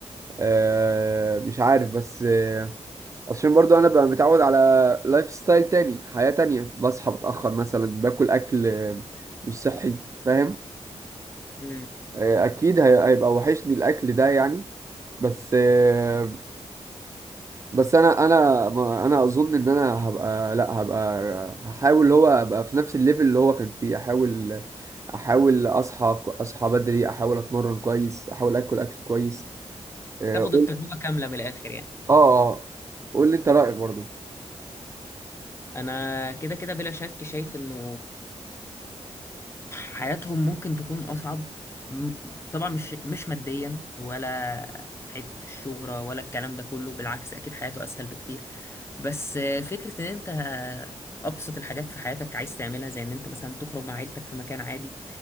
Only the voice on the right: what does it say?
أه مش عارف بس عشان برضو انا بقى متعود على لايف ستايل تاني حياة تانية بصحى متأخر مثلا باكل اكل آه، مش صحي فاهم
آه، اكيد هي- هيبقى وحشني الاكل ده يعني بس آه، بس انا انا ما- انا اظن ان انا هبقى لا هبقى هحاول اللي هو ابقى في نفس الليفل اللي هو كان فيه احاول احاول اصحى اصحى بدري احاول اتمرن كويس احاول اكل اكل كويس اه
قول-
اه آه. قول لي انت رأيك برضو